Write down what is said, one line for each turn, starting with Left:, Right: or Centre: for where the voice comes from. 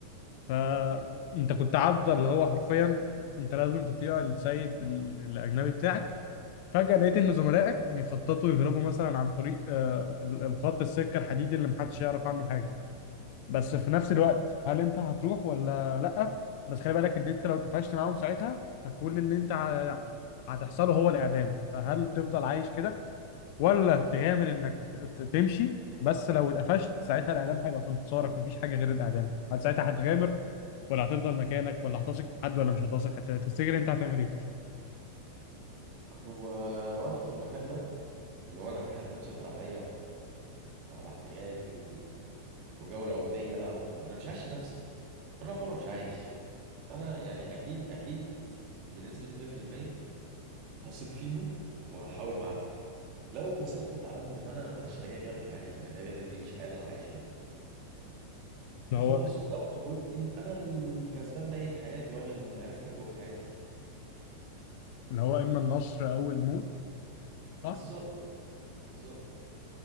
Left: فانت كنت عبد اللي هو حرفيا انت لازم تطيع السيد ال- الاجنبي بتاعك فجاه لقيت ان زملائك بيخططوا يهربوا مثلا عن طريق آه، ال- الخط السكه الحديدي اللي محدش يعرف عنه حاجه بس في نفس الوقت هل انت هتروح ولا لا بس خلي بالك ان انت لو اتفقت معاهم ساعتها فكل اللي انت ه- هتحصله هو الاعدام فهل تفضل عايش كده ولا تغامر انك ت- تمشي بس لو اتقفشت ساعتها الاعدام هيبقى في انتصارك مفيش حاجه غير الاعدام هل ساعتها هتغامر ولا هتفضل مكانك ولا هتثق في حد ولا مش هتثق هت- هتفتكر انت هتعمل ايه
Right: هو لو انا في المكان ده اللي هو انا في حد مسيطر عليا وعلى حياتي و... وجو العبودية بقى وم... أنا مش عايش لنفسي فأنا أعتبر مش عايش فأنا يعني أكيد أكيد بنسبة 100% هثق فيهم وهحاول معاهم لو اتمسكت واتعدمت فأنا معلش أنا كده كده مش عايش أنا كده كده دي مش حياة اللي أنا عايشها دي فخلاص
Left: اللي هو
Right: ولو نجوت يبقى أنا الكسبان بقية حياتي وأنا اللي عرفت أنجو بحياتي
Left: اللي هو اما النصر او الموت صح
Right: بالظبط بالظبط